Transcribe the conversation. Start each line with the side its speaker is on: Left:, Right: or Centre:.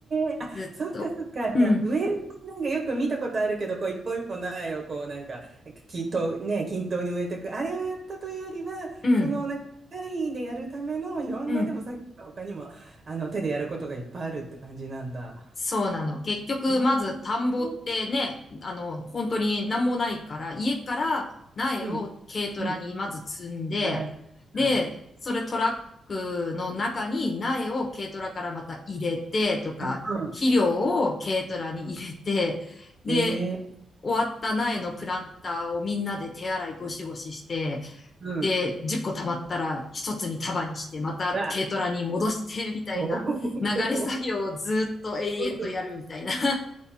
Right: え。あ、
Left: ずっと。
Right: そっかそっか。
Left: うん、
Right: じゃあ、植えるとなんかよく見たことあるけど、こう一本一本苗をこうなんか、きと、ね、均等に植えていく。あれをやったというよりは、
Left: うん、
Right: そのなんか、機械でやるためのいろんなでも作業が他にも、
Left: うん。
Right: あの、手でやることがいっぱいあるって感じなんだ。
Left: そうなの。結局、
Right: え
Left: まず田んぼってね、
Right: うん。
Left: あの、本当に何もないから、家から苗を軽トラにまず積んで、
Right: うん。うん。はい。
Left: で、
Right: はい。
Left: それトラックの中に苗を軽トラからまた入れてとか、
Right: うん。
Left: 肥料を軽トラに入れて、で、
Right: で、
Left: 終わった苗のプランターをみんなで手洗いゴシゴシして、
Right: うん。
Left: で、10個溜まったら一つに束にして、また軽トラに戻して、
Right: あ、
Left: <laughs> みたいな流れ作業をずっと永遠とやるみたいな。
Right: おお。ほんと